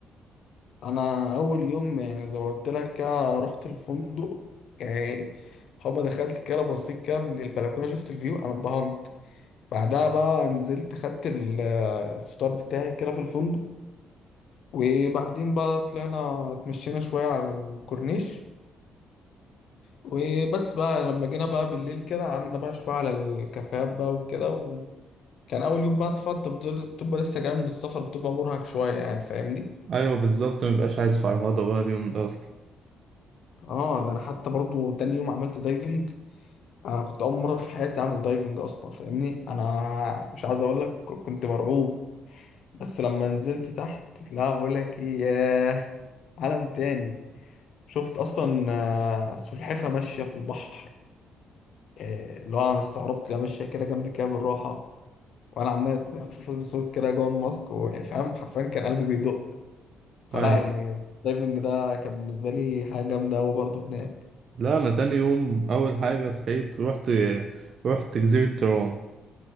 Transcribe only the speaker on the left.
انا اول يوم يعني زي ما قلت لك كده رحت الفندق يعني هما دخلت كده بصيت كده من البلكونه شفت الفيو انا اتبهرت بعدها بقى نزلت خدت ال- الفطار بتاعي كده في الفندق وبعدين بقى طلعنا اتمشينا شويه على الكورنيش وبس بقى لما جينا بقى بالليل كده قعدنا بقى شويه على الكافيهات بقى وكده وكان اول يوم بقى اتفضل بتبقى بتبقى لسه جاي من السفر بتبقى مرهق شويه يعني فاهمني
اه ده انا حتى برضو تاني يوم عملت دايفنج انا كنت اول مره في حياتي اعمل دايفنج اصلا فاهمني انا مش عايز اقول لك كنت مرعوب بس لما نزلت تحت لا بقول لك ايه ياه عالم تاني شفت اصلا آه، سلحفه ماشيه في البحر آه، اللي هو انا استغربت لها ماشيه كده جنبي كده بالراحه وانا عمال اتنفس بصوت كده جوه الماسك ويعني فاهم حرفيا كان قلبي بيدق فلا
يعني الدايفنج ده كان بالنسبه لي حاجه جامده قوي برضه هناك